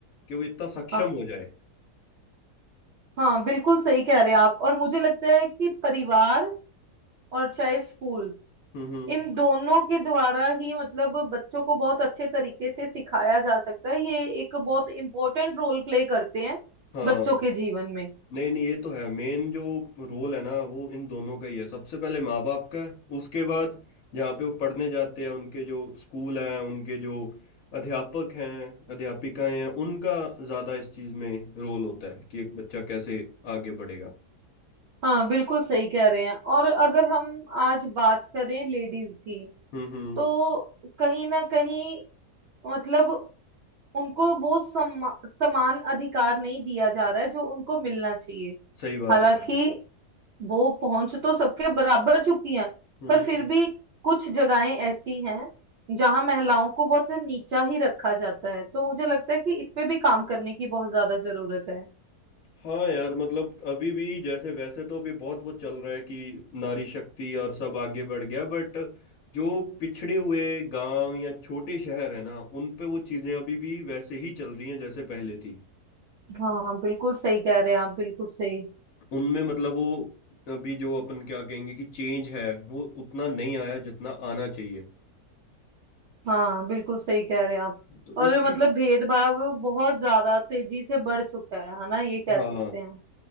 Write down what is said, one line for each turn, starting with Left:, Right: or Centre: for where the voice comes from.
Left: कि वो इतना सक्षम
Right: हाँ
Left: हो जाए
Right: हाँ बिल्कुल सही कह रहे हैं आप और मुझे लगता है कि परिवार और चाहे स्कूल
Left: हम्म हम्म,
Right: इन दोनों के द्वारा ही मतलब बच्चों को बहुत अच्छे तरीके से सिखाया जा सकता है ये एक बहुत इम्पोर्टेंट रोल प्ले करते हैं
Left: हाँ
Right: बच्चों के जीवन में
Left: नहीं नहीं ये तो है मेन जो रोल है ना वो इन दोनों का ही है सबसे पहले माँ बाप का है उसके बाद जहाँ पे वो पढ़ने जाते हैं उनके जो स्कूल हैं उनके जो अध्यापक हैं अध्यापिकाएं हैं उनका ज़्यादा इस चीज़ में रोल होता है कि एक बच्चा कैसे आगे बढ़ेगा
Right: हाँ बिल्कुल सही कह रहे हैं और अगर हम आज बात करें लेडीज की
Left: हम्म हम्म
Right: तो कहीं ना कहीं मतलब उनको वो सम, समान अधिकार नहीं दिया जा रहा है जो उनको मिलना चाहिए
Left: सही बात
Right: हालांकि
Left: है
Right: वो पहुंच तो सबके बराबर चुकी हैं
Left: हम्म
Right: पर फिर
Left: हम्म।
Right: भी कुछ जगहें ऐसी हैं जहां महिलाओं को बहुत नीचा ही रखा जाता है तो मुझे लगता है कि इस पे भी काम करने की बहुत ज्यादा जरूरत है
Left: हाँ यार मतलब अभी भी जैसे वैसे तो अभी बहुत वो चल रहा है कि नारी शक्ति और सब आगे बढ़ गया बट जो पिछड़े हुए गांव या छोटे शहर है ना उन पे वो चीजें अभी भी वैसे ही चल रही हैं जैसे पहले थी
Right: हाँ बिल्कुल सही कह रहे हैं आप बिल्कुल सही
Left: उनमें मतलब वो अभी जो अपन क्या कहेंगे कि चेंज है वो उतना नहीं आया जितना आना चाहिए
Right: हाँ बिल्कुल सही कह रहे हैं आप
Left: तो
Right: और
Left: इस चीज
Right: मतलब भेदभाव बहुत ज्यादा तेजी से बढ़ चुका है है ना ये कह
Left: हाँ
Right: सकते हैं